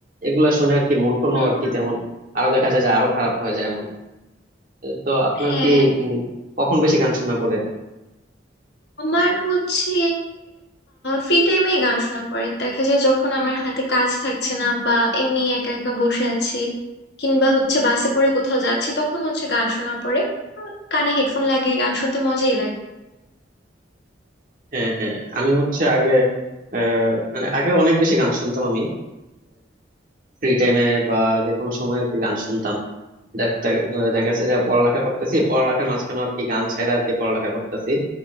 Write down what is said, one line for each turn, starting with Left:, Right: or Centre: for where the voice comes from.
Right: এগুলা শুনে আর কি মন টনও
Left: হুম,
Right: আর কি
Left: হুম।
Right: তেমন আরো দেখা যায় যে আরো খারাপ হয়ে যায় মন তো আপনার
Left: হ্যাঁ
Right: কি উম, কখন বেশি গান শোনা পড়ে
Left: আমার হচ্ছে ফ্রি টাইমে গান শোনা পড়ে দেখা যায় যখন আমার হাতে কাজ থাকছে না বা এমনি একা একা বসে আছি কিংবা হচ্ছে বাসে করে কোথাও যাচ্ছি তখন হচ্ছে গান শোনা পড়ে আর কানে হেডফোন লাগিয়ে গান শুনতে মজাই লাগে
Right: হ্যাঁ হ্যাঁ আমি হচ্ছে আগে আহ, মানে আগে অনেক বেশি গান শুনতাম আমি ফ্রি টাইমে বা যে কোনো সময় আর কি গান শুনতাম দেখতে আহ, দেখা যাচ্ছে যে পড়ালেখা করতেছি পড়ালেখার মাঝখানে আর কি গান ছাড়া আর কি পড়ালেখা করতেছি